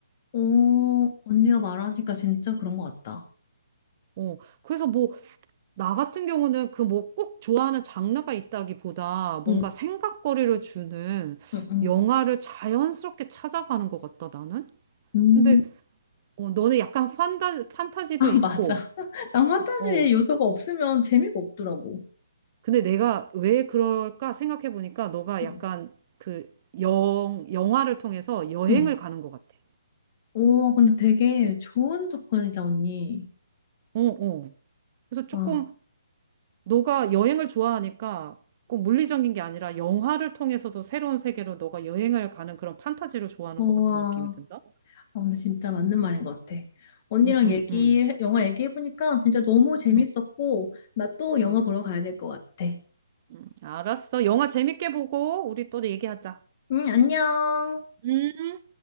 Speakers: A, on the left; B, on the right.
A: 어, 언니가 말하니까 진짜 그런 것 같다.
B: 어, 그래서 뭐 나 같은 경우는 그 뭐 꼭 좋아하는 장르가 있다기보다 뭔가
A: 응,
B: 생각거리를 주는
A: 응, 응.
B: 영화를 자연스럽게 찾아가는 것 같다, 나는.
A: 음,
B: 근데 어, 너는 약간 판타, 판타지도
A: 아,
B: 있고,
A: 맞아. <laughs> 낭만 타지의
B: 어,
A: 요소가 없으면 재미가 없더라고.
B: 근데 내가 왜 그럴까 생각해 보니까 너가
A: 응.
B: 약간 그 영, 영화를 통해서 여행을
A: 응.
B: 가는 것 같아.
A: 오, 근데 되게 좋은 접근이다, 언니.
B: 어, 어. 그래서 조금
A: 아,
B: 너가 여행을 좋아하니까 꼭 물리적인 게 아니라 영화를 통해서도 새로운 세계로 너가 여행을 가는 그런 판타지를 좋아하는
A: 우와.
B: 것 같은 느낌이 든다?
A: 아, 근데 진짜 맞는 말인 것 같아. 언니랑
B: 응, 응,
A: 얘기,
B: 응,
A: 영화 얘기해보니까 진짜 너무 재밌었고,
B: 응,
A: 나 또 영화
B: 응,
A: 보러 가야 될 것 같아.
B: 응. 알았어. 영화 재밌게 보고 우리 또 얘기하자.
A: 응, 안녕.
B: 음.